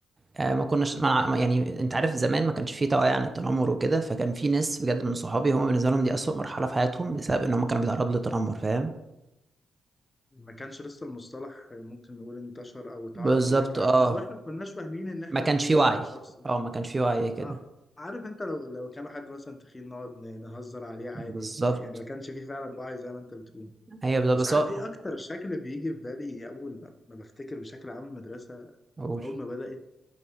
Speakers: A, on the right; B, on the left.
A: آه، ما كناش ما نع- ما- يعني انت عارف زمان ما كانش في توعيه عن التنمر وكده فكان في ناس بجد من صحابي هم بالنسبه لهم دي اسوأ مرحله في حياتهم بسبب ان هم كانوا بيتعرضوا للتنمر فاهم
B: ما كانش لسه المصطلح ممكن نقول انتشر او اتعرف
A: بالظبط
B: بشكل
A: اه
B: عام او احنا ما كناش فاهمين ان احنا
A: ما كانش
B: بنأذي
A: في وعي
B: الشخص
A: اه ما كانش في وعي كده
B: ع- عارف انت لو لو كان حد مثلا تخين نقعد ن- نهزر عليه عادي
A: بالظبط
B: يعني ما كانش فيه فعلا وعي زي ما انت بتقول
A: ايوه
B: بس
A: بالظبط بس
B: عارف
A: هو-
B: ايه اكتر شكل بيجي في بالي اول ما ما بفتكر بشكل عام المدرسه
A: قول
B: اول ما بدأت